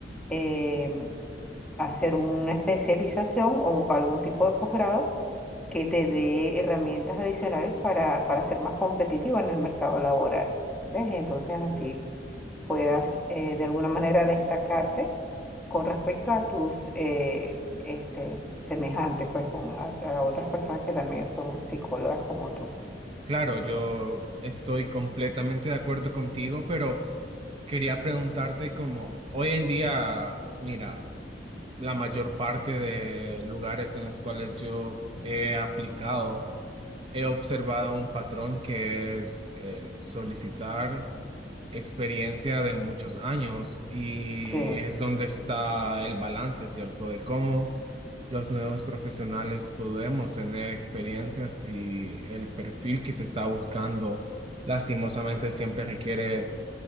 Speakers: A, in the centre; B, on the right.
A: em, hacer una especialización o algún tipo de posgrado que te dé herramientas adicionales para, para ser más competitivo en el mercado laboral. ¿Ves? Y entonces así puedas eh, de alguna manera destacarte con respecto a tus eh, este, semejantes, pues con a, a otras personas que también son psicólogas como tú.
B: Claro, yo estoy completamente de acuerdo contigo, pero... Quería preguntarte como hoy en día, mira, la mayor parte de lugares en los cuales yo he aplicado, he observado un patrón que es el solicitar experiencia de muchos años y
A: Sí,
B: es donde está el balance, ¿cierto? De cómo los nuevos profesionales podemos tener experiencias si el perfil que se está buscando lastimosamente siempre requiere